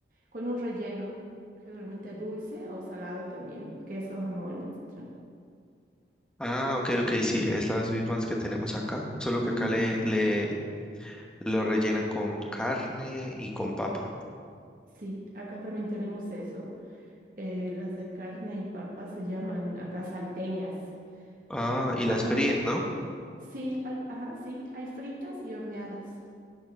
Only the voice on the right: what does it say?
con un relleno, generalmente dulce o salado también, queso, jamón, etcétera.
Mm,
sí, acá también tenemos eso. Eh, las de carne y papa se llaman acá salteñas. Y-
ajá,
sí, al- ajá, sí, hay fritas y horneadas.